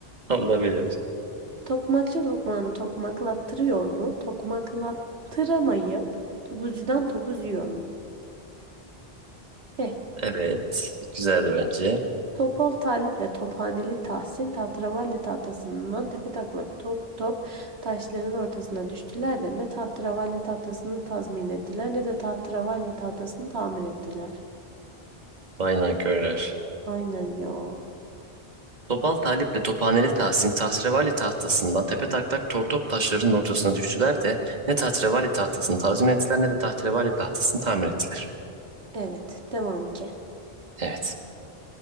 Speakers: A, on the right; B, on the right.
A: Allah bilir.
B: Tokmakçı tokmağını tokmaklattırıyor mu? Tokmaklattıramayıp topuzcudan topuz yiyor mu? Eh.
A: Evet. Güzeldi bence.
B: Topal Talip'le Tophaneli Tahsin tahterevalli tahtasından tepetaklak top top taşların ortasına düştüler de ne tahterevalli tahtasını tazmin ettiler ne de tahterevalli tahtasını tamir ettiler.
A: Vay nankörler.
B: Aynen ya.
A: Topal Talip'le Tophaneli Tahsin tahrevali tahtasından tepe taklak tortop taşlarının ortasına düştüler de ne tahrevali tahtasını tazmin ettiler ne de tahrevali tahtasını tamir ettiler.
B: Evet devam ki.
A: Evet.